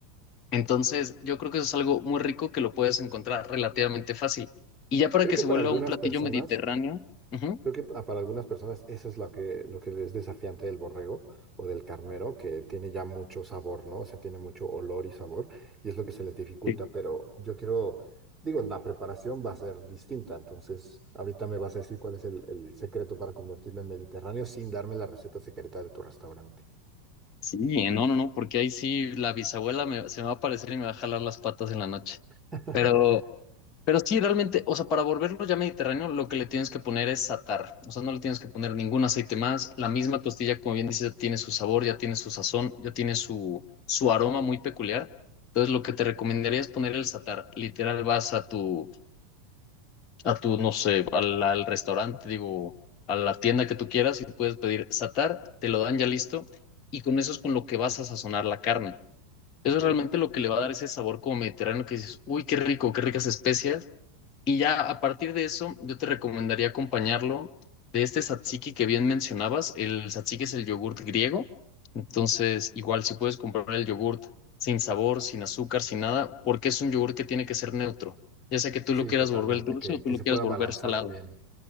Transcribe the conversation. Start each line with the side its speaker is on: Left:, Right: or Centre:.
Left: Entonces, yo creo que eso es algo muy rico que lo puedes encontrar relativamente fácil. Y ya para
Right: Creo
Left: que
Right: que
Left: se
Right: para
Left: vuelva
Right: algunas
Left: un platillo
Right: personas
Left: mediterráneo, ujú,
Right: Creo que pa- para algunas personas eso es lo que, lo que es desafiante del borrego o del carnero, que tiene ya mucho sabor, ¿no? O sea, tiene mucho olor y sabor, y es lo que se les dificulta,
Left: sí,
Right: pero yo quiero, digo, la preparación va a ser distinta, entonces ahorita me vas a decir cuál es el, el secreto para convertirme en mediterráneo sin darme la receta secreta de tu restaurante.
Left: sí, no, no, no, porque ahí sí la bisabuela me- se me va a aparecer y me va a jalar las patas en la noche.
Right: <laughs>
Left: Pero, pero sí, realmente, o sea, para volverlo ya mediterráneo, lo que le tienes que poner es satar. O sea, no le tienes que poner ningún aceite más. La misma costilla, como bien dices, ya tiene su sabor, ya tiene su sazón, ya tiene su, su aroma muy peculiar. Entonces, lo que te recomendaría es poner el satar. Literal, vas a tu a tu, no sé, al, al restaurante, digo, a la tienda que tú quieras y puedes pedir satar, te lo dan ya listo y con eso es con lo que vas a sazonar la carne.
Right: Ok.
Left: Eso es realmente lo que le va a dar ese sabor como mediterráneo que dices, uy, qué rico, qué ricas especias y ya a partir de eso, yo te recomendaría acompañarlo de este tzatziki que bien mencionabas. El tzatziki es el yogurt griego. Entonces, igual si puedes comprar el yogurt sin sabor, sin azúcar, sin nada, porque es un yogurt que tiene que ser neutro. Ya sea que tú
Right: Sí,
Left: lo quieras
Right: totalmente,
Left: volver dulce
Right: que,
Left: o
Right: que
Left: tú lo
Right: se
Left: quieras
Right: pueda
Left: volver
Right: balancear
Left: salado.
Right: bien.